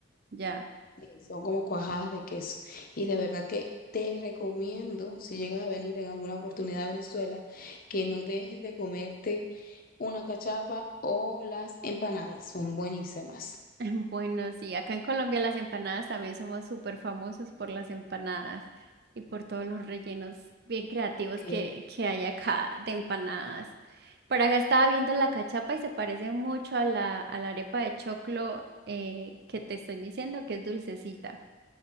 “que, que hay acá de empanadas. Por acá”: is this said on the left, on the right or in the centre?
Right